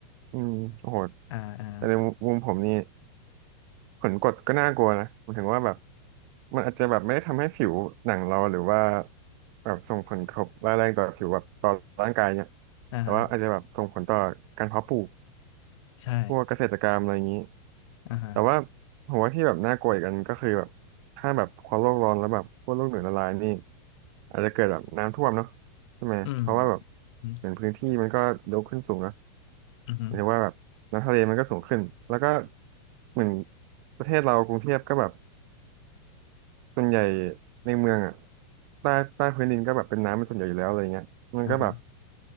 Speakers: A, on the right; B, on the left.
A: อืมโอ้โห
B: อ่าอ่า
A: แต่ในมุมผมนี่ผลกดก็น่ากลัวนะหมายถึงว่าแบบมันอาจจะแบบไม่ได้ทำให้ผิวหนังเราหรือว่าแบบส่งผลกระทบร้ายแรงต่อผิวแบบต่อร่างกายเนี่ย
B: อ่าฮะ
A: แต่ว่าอาจจะแบบส่งผลต่อการเพาะปลูก
B: ใช่
A: พวกเกษตรกรรมอะไรอย่างนี้
B: อ่าฮะ
A: แต่ว่าผมว่าที่แบบน่ากลัวอีกอันก็คือแบบถ้าแบบความโลกร้อนแล้วแบบขั้วโลกเหนือละลายนี่อาจจะเกิดแบบน้ำท่วมเนาะใช่ไหมเพราะว่าแบบ
B: อืมอืม
A: เหมือนพื้นที่มันก็ยกขึ้นสูงเนอะ
B: อืม
A: หมายถึงว่าแบบน้ำทะเลมันก็สูงขึ้นแล้วก็เหมือนประเทศเรากรุงเทพก็แบบส่วนใหญ่ในเมืองอ่ะใต้ใต้พื้นดินก็แบบเป็นน้ำเป็นส่วนใหญ่อยู่แล้วอะไรเงี้ยมันก็แบบ
B: อ่าฮะ